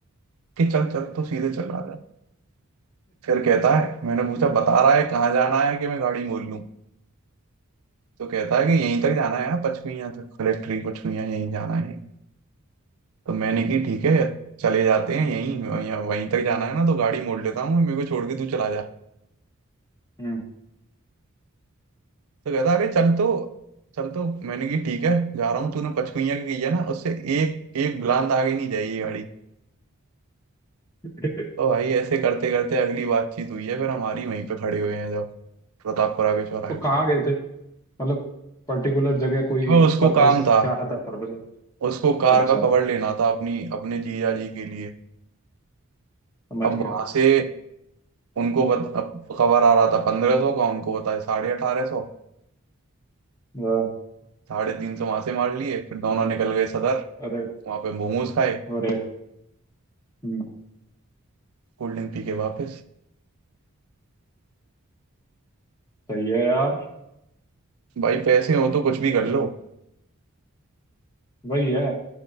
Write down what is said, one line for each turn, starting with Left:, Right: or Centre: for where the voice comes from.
Right: कि चल चल तो सीधे चला रहा है फिर कहता है मैंने पूछा बता रहा है कहाँ जाना है कि मैं गाड़ी मोड़ लूँ तो कहता है कि यहीं तक जाना है यार पचमिया तक कलेक्ट्री पचमिया यहीं जाना है यहीं तो मैंने की ठीक है चले जाते हैं यहीं वहीं वहीं तक जाना है ना तो गाड़ी मोड़ लेता हूँ मेरे को छोड़ के तू चला जा
Left: हम्म।
Right: तो कहता अरे चल तो चल तो मैंने कि ठीक है जा रहा हूँ तूने पचकुइयाँ की की है ना उससे एक एक बुलंद आगे नहीं जाएगी गाड़ी
Left: तो
Right: तो भाई ऐसे करते करते अगली बातचीत हुई है फिर हमारी वहीं पे खड़े हुए हैं जब प्रतापपुरा के चौराहे
Left: तो कहाँ
Right: पे
Left: गए थे मतलब पर्टिकुलर जगह कोई
Right: अब उसको
Left: पर्पस
Right: काम था
Left: क्या था पर्पस
Right: उसको कार
Left: अच्छा
Right: का कवर लेना था अपनी अपने जीजा जी के लिए
Left: समझ
Right: अब
Left: गया
Right: वहां से उनको बत, अब कवर आ रहा था पंद्रह सौ का उनको बताया साढ़े अठारह सौ
Left: वाह,
Right: साढ़े तीन सौ वहां से मार लिए फिर दोनों निकल गए सदर
Left: अरे
Right: वहां पे मोमोज खाए
Left: अरे हम्म,
Right: कोल्ड ड्रिंक पी के वापस
Left: सही है यार
Right: भाई पैसे हो तो कुछ भी कर लो
Left: वही है